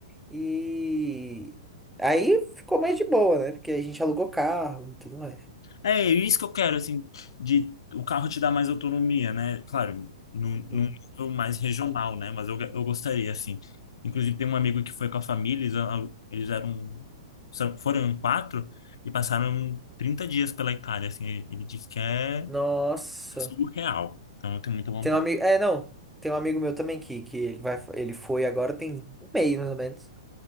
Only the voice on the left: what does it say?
É é isso que eu quero, assim, de o carro te dar mais autonomia, né? Claro, num num
nível mais regional, né? Mas eu, eu gostaria, assim. Inclusive, tem um amigo que foi com a família, eles, alu- eles eram, são- foram em quatro e passaram 30 dias pela Itália, assim. Ele, ele disse que é
surreal. Então, eu tenho muita vontade.